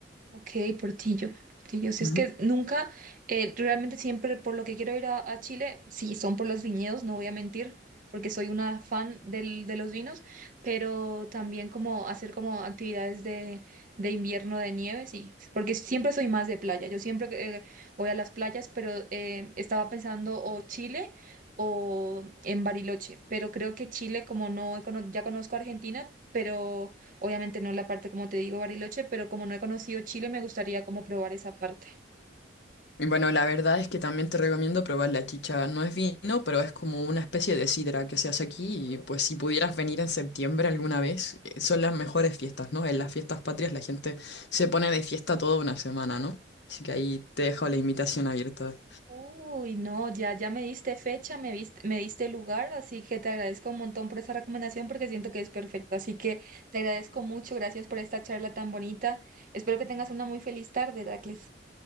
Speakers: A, on the right; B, on the left.
A: Ok, Portillo, Portillo. Si
B: Ujú.
A: es que nunca, eh, realmente siempre por lo que quiero ir a, a Chile, sí, son por los viñedos, no voy a mentir, porque soy una fan del, de los vinos, pero también como hacer como actividades de, de invierno de nieve, sí, porque siempre soy más de playa. Yo siempre eh, voy a las playas, pero eh, estaba pensando o Chile o en Bariloche, pero creo que Chile, como no, cono- ya conozco Argentina, pero Obviamente no la parte, como te digo, Bariloche, pero como no he conocido Chile, me gustaría como probar esa parte.
B: Y bueno, la verdad es que también te recomiendo probar la chicha. No es vino, pero es como una especie de sidra que se hace aquí y pues si pudieras venir en septiembre alguna vez, eh, son las mejores fiestas, ¿no? En las fiestas patrias la gente se pone de fiesta toda una semana, ¿no? Así que ahí te dejo la invitación abierta.
A: Uy, no, ya, ya me diste fecha, me diste, me diste lugar, así que te agradezco un montón por esa recomendación porque siento que es perfecto. Así que te agradezco mucho, gracias por esta charla tan bonita. Espero que tengas una muy feliz tarde, Heracles.